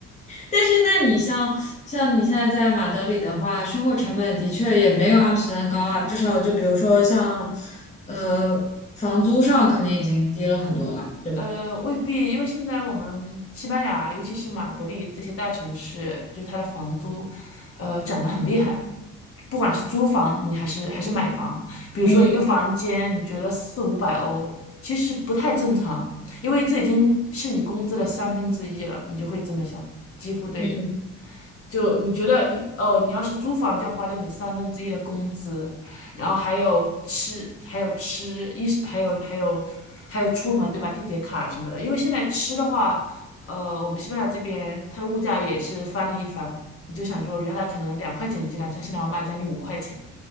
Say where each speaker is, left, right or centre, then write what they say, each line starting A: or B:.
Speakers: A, on the left; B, on the left.
A: 但是，那你像像你现在在马德里的话，生活成本的确也没有阿姆斯特丹高啊，至少就比如说像，
B: <laughs>
A: 呃，
B: 嗯。
A: 房租上肯定已经低了很多了，对吧？
B: 呃，未必，因为现在我们西班牙，尤其是马德里这些大城市，就是它的房租，呃，涨得很厉害。不管是租房，你还是还是买房，比如说一个房间，
A: 嗯
B: 你觉得四五百欧，其实不太正常，因为这已经是你工资的三分之一了，你就会这么想，几乎对。
A: 嗯
B: 就你觉得哦，你要是租房就要花掉你三分之一的工资，然后还有吃，还有吃衣食，还有还有还有出门对吧？地铁卡什么的，因为现在吃的话，呃，我们西班牙这边它的物价也是翻了一番。你就想说，原来可能两块钱一鸡蛋，像现在要卖将近五块钱。